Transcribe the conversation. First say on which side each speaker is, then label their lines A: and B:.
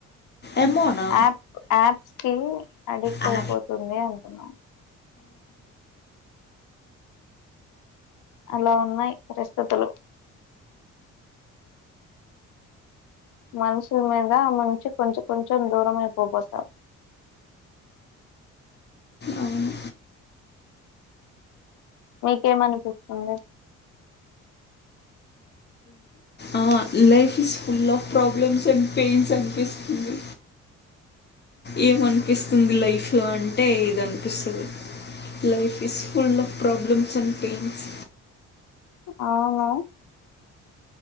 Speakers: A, on the left; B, on the left.
A: ఎమొనా
B: యాప్ యాప్స్ కి అడిక్ట్
A: ఆ
B: అయిపోతుంది అంటున్నాను అలా ఉన్నాయి పరిస్థితులు మనుషుల మీద ముంచి కొంచెం కొంచెం దూరం అయిపోపోతారు
A: అవును.
B: మీకేమనిపిస్తుంది
A: ఆ life is full of problems and pains అనిపిస్తుంది ఏమ అనిపిస్తుంది లైఫ్ లో అం ఆంటే ఇదినిపిస్తుంది life is full of problems and pains
B: అవును